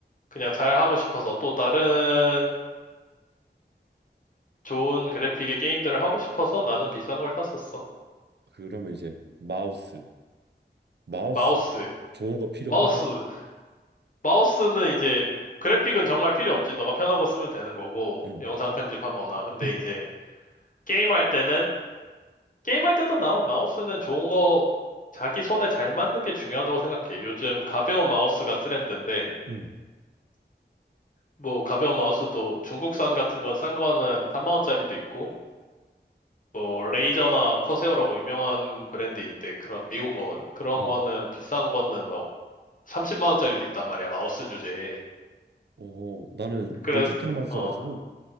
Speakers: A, on the left; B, on the right.
A: 그냥 잘 하고 싶어서 또 다른 좋은 그래픽의 게임들을 하고 싶어서 나는 비싼 걸 샀었어.
B: 그러면 이제 마우스, 마우스,
A: 마우스.
B: 좋은 거 필요한가?
A: 마우스. 마우스는 이제 그래픽은 정말 필요 없지. 너가 편한 거 쓰면 되는 거고,
B: 응,
A: 영상 편집하거나.
B: <clears throat>
A: 근데 이제 게임할 때는, 게임할 때도 나온 마우스는 좋은 거, 자기 손에 잘 맞는 게 중요하다고 생각해. 요즘 가벼운 마우스가 트렌드인데,
B: 응,
A: 뭐, 가벼운 마우스도 중국산 같은 건 싼 거는 3만원짜리도 있고, 뭐, 레이저나 커세어라고 유명한 브랜드인데, 그런, 미국 거거든? 그런
B: 응.
A: 거는 비싼 거는 막 30만원짜리도 있단 말이야, 마우스 주제에.
B: 어, 나는
A: 그래서,
B: 노지텍만 써가지고,
A: 어,